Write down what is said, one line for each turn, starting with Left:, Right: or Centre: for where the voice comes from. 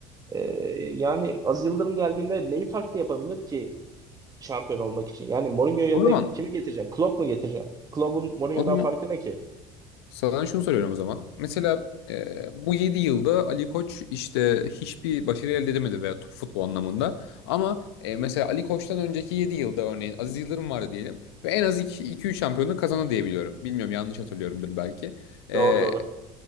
Right: E, yani Aziz Yıldırım geldiğinde neyi farklı yapabilir ki şampiyon olmak için. Yani Mourinho yerine
Left: O zaman
Right: kimi getireceksin? Klopp mu getireceksin? Klopp'un Mourinho'dan
Left: o zaman
Right: farkı ne ki?
Left: Sana şunu soruyorum o zaman. Mesela e, bu 7 yılda Ali Koç işte hiçbir başarı elde edemedi veya t- futbol anlamında. Ama e, mesela Ali Koç'tan önceki 7 yılda örneğin Aziz Yıldırım vardı diyelim. Ve en az iki 3 şampiyonluk kazandı diye biliyorum. Bilmiyorum yanlış hatırlıyorumdur belki. E,
Right: Doğru doğru.